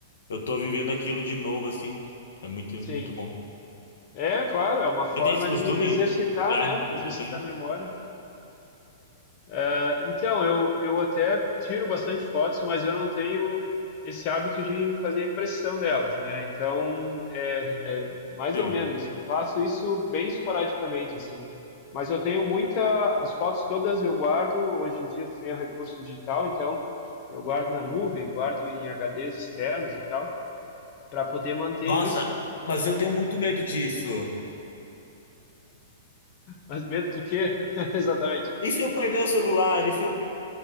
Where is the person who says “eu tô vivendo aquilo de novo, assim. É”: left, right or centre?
Left